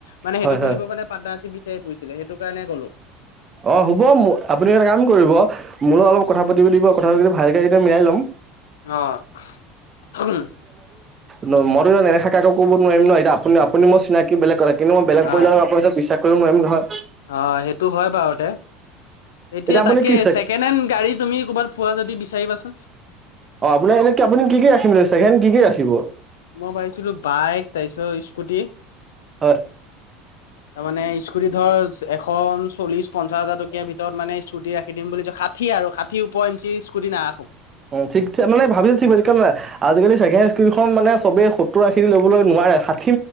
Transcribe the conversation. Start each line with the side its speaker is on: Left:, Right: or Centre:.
Left: মানে সেইটো
Right: হয়
Left: খুলিব
Right: হয়
Left: মানে পাৰ্টনাৰশ্বিপ বিচাৰি ফুৰিছিলে সেইটো কাৰণে ক'লো।
Right: অ হুব আপুনি এটা কাম কৰিব মোৰো অলপ কথা পাতিব দিব কথা পাতি ভালকে এতিয়া মিলাই ল'ম।
Left: আহ।
Right: ন মইত এনে নেদেখাকে আক কব নোৱাৰিম ন এতিয়া আপু আপুনি মোক চিনাকি বেলেগ কথা কিন্তু মই বেলেগ
Left: অ
Right: পৰিয়ালৰ আক বিশ্বাস কৰিম নোৱাৰিম নহয়।
Left: অ সেইটো হয় বাৰুতে। এতিয়া
Right: আপুনি
Left: তাকে
Right: কি চেক
Left: ছেকেণ্ড হেণ্ড গাড়ী তুমি ক'ৰবাত পোৱা যদি বিচাৰিবাচোন।
Right: অ আপোনাৰ এনেকে আপুনি কি ৰাখিম ছেকেণ্ড কি কি ৰাখিব?
Left: মই পাইছিলো বাইক তাৰপিছত স্কুটি তাৰ
Right: হয়
Left: মানে স্কুটি ধৰ এখন চল্লিশ পঞ্চাচ হাজাৰ টকীয়া ভিতৰত মানে স্কুটি ৰাখি দিম বুলিছ ষাঠী আৰু ষাঠী উপৰ ইঞ্চি স্কুটি নাৰাখো।
Right: অ ঠিক ঠি মান ভাবিছো ঠিক <inaudible> আজিকালি যে খন মানে চবেই সত্তৰ আশীৰ ল'বলৈ নোৱাৰে সাত